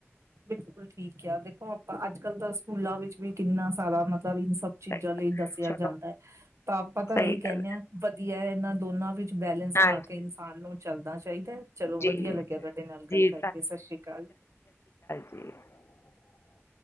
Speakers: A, on the right (about 80°); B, on the left (about 60°).
A: ਬਿਲਕੁਲ ਠੀਕ ਕਿਹਾ, ਦੇਖੋ ਆਪਾਂ ਅੱਜ ਕੱਲ ਤਾਂ ਸਕੂਲਾਂ ਵਿੱਚ ਵੀ ਕਿੰਨਾ ਸਾਰਾ ਮਤਲਬ ਵੀ ਸਭ ਚੀਜ਼ਾਂ
B: ਸਹੀ,
A: ਲਈ ਦੱਸਿਆ
B: ਚਲੋ
A: ਜਾਂਦਾ ਹੈ। ਤਾਂ ਆਪਾਂ ਤਾਂ
B: ਸਹੀ
A: ਇਹੀ
B: ਗੱਲ
A: ਕਹਿੰਦੇ ਹਾਂ ਵਧੀਆ ਹੈ। ਇਹਨਾਂ ਦੋਨਾਂ ਵਿੱਚ ਬੈਲੇੈਂਸ
B: ਹੈ।
A: ਬਲਾ
B: ਹਾਂਜੀ
A: ਕੇ ਇਨਸਾਨ ਨੂੰ ਚੱਲਦਾ। ਚਾਹੀਦਾ। ਚਲੋ
B: ਜੀ
A: ਵਧੀਆ ਲੱਗਿਆ ਤੁਹਾਡੇ ਨਾਲ
B: ਜੀ
A: ਗੱਲ ਕਰਕੇ ਸਤਿ ਸ੍ਰੀ ਅਕਾਲ।
B: ਹ।